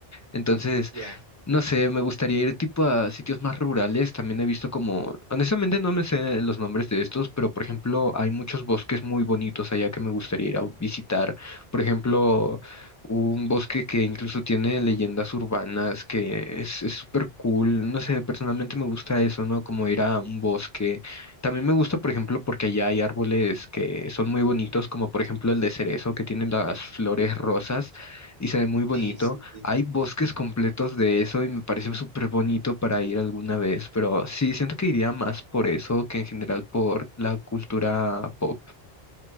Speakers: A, on the left; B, on the right.
A: Entonces...
B: ya,
A: No sé, me gustaría ir tipo a sitios más rurales. También he visto como, honestamente no me sé los nombres de estos, pero por ejemplo hay muchos bosques muy bonitos allá que me gustaría ir a visitar. Por ejemplo, un bosque que incluso tiene leyendas urbanas, que es es súper cool. No sé, personalmente me gusta eso, ¿no? Como ir a un bosque. También me gusta, por ejemplo, porque allá hay árboles que son muy bonitos, como por ejemplo el de cerezo, que tiene las flores rosas y se ve muy bonito.
B: Sí, sí, sí.
A: Hay bosques completos de eso y me parece súper bonito para ir alguna vez, pero sí, siento que iría más por eso que en general por la cultura pop.